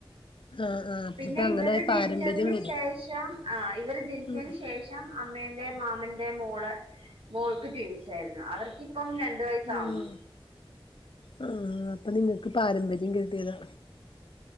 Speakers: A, on the left; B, on the right.
A: ആഹ് ആഹ് അപ്പത്തേക്ക്
B: പിന്നെ
A: അങ്ങനെ
B: ഇവര് ജനിച്ചതിന്
A: പാരമ്പര്യം വരും
B: ശേഷം ആഹ് ഇവര് ജനിച്ചേന്
A: ഉം
B: ശേഷം ഷം അമ്മേന്റെ മാമന്റെ മോള് മോൾക്ക് ട്വിൻസേരുന്നു. അവർക്കിപ്പം രൺ ണ്ട് വയസ്സാവുന്നു.
A: ഉം ആഹ് അപ്പൊ നിങ്ങക്ക് പാരമ്പര്യം കിട്ടിയതാ.